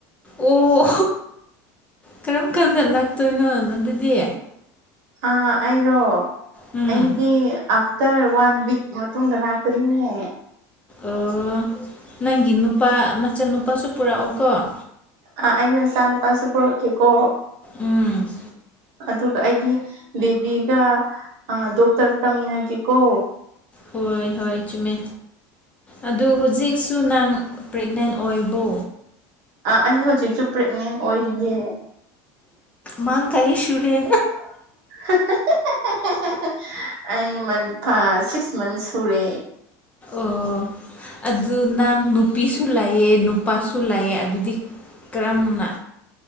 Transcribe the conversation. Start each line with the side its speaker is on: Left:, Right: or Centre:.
Left: ꯑꯣ ꯀꯔꯝ ꯀꯥꯟꯗ ꯂꯥꯛꯇꯣꯏꯅꯣ ꯑꯗꯨꯗꯤ
Right: ꯑꯥ ꯑꯩꯔꯣ
Left: ꯎꯝ
Right: ꯑꯩꯗꯤ ꯇ ꯋꯥꯟ ꯋꯤꯛ ꯃꯇꯨꯡꯗ ꯂꯥꯛꯀꯅꯤꯅꯦ
Left: ꯑꯣ ꯅꯪꯒꯤ ꯅꯨꯄꯥ ꯃꯆꯥ ꯅꯨꯨꯄꯥꯁꯨ ꯄꯨꯔꯛꯎꯀꫭ
Right: ꯑꯥ ꯑꯩꯉ ꯏꯆꯥ ꯅꯨꯨꯄꯥꯁꯨ ꯄꯨꯔꯛꯀꯦꯀꯣ
Left: ꯎꯝ
Right: ꯑꯗꯨꯒ ꯑꯩꯒꯤ ꯕꯦꯕꯤꯒ ꯗꯣꯛꯇꯔ ꯇꯥꯝꯃꯤꯟꯅꯒꯦꯀꯣ
Left: ꯍꯣꯏ ꯍꯣꯏ ꯆꯨꯝꯃꯦ ꯑꯗꯨ ꯍꯧꯖꯤꯛꯁꯨ ꯅꯪ ꯄ꯭ꯔꯦꯒꯅꯦꯟ ꯑꯣꯏꯕꯣ
Right: ꯑꯩ ꯍꯧꯖꯤꯛꯁꯨ ꯄ꯭ꯔꯦꯒꯅꯦꯟ ꯑꯣꯏꯔꯤꯌꯦ
Left: ꯃꯥꯡ ꯀꯥꯏ ꯁꯨꯔꯦ
Right: <inaudible> <unintelligible> ꯑꯩ ꯃꯥꯟ ꯊꯥ ꯁꯤꯛꯁ ꯃꯟꯁ ꯁꯨꯔꯦ
Left: ꯑꯣ ꯑꯗꯨ ꯅꯥꯟ ꯅꯨꯞ ꯅꯨꯄꯤꯁꯨ ꯂꯩꯌꯦ ꯅꯨꯄꯥꯁꯨ ꯂꯩꯌꯦ ꯑꯗꯨꯗꯤ ꯀꯔꯝꯅ